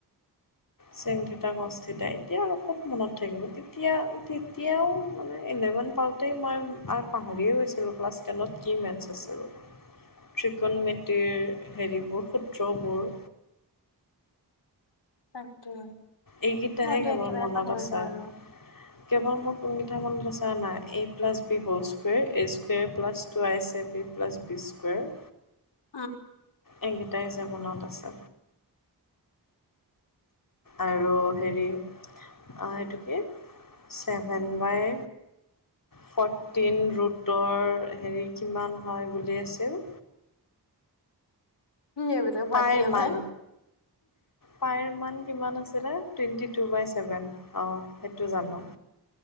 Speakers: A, on the left; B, on the left.
A: চেনথিতা কছ থিতা এতিয়া আৰু খুব মনত থাকিব তেতিয়া তেতিয়াও মানে ইলেভেন প তোতেই মই আৰু পাহৰিয়ে গৈছিলোঁ ক্লাছ টেনত কি মেথছ আছিলোঁ
B: <unintelligible>
A: ত্ৰিকন মেতিৰ হেৰিবোৰ সূত্ৰবোৰ
B: তাকে
A: এইকেইটাহে
B: মইতো
A: কেৱল
B: একেবাৰে
A: মনত
B: পাহৰিলো
A: আছে
B: আৰু
A: কেৱল মোৰ কোনকেইটা মনলৈ চা নাই a plus b whole square a square plus two আইছেভ এ প্লাছ বি স্কুৱাৰ
B: <unintelligible>
A: এইকেইটাই যে মনত আছে। আৰু হেৰি এইটো কি চেভেন বাই ফৰ্টিন ৰুটৰ হেৰি কিমান হয় বুলি আছিল?
B: উম, এইবিলাক বাদ
A: পাইৰ
B: দিয়া বা
A: মান পাইৰ মান কিমান আছিলে টুৱেণ্টি টো বাই চেভেন অ, সেইটো জানো।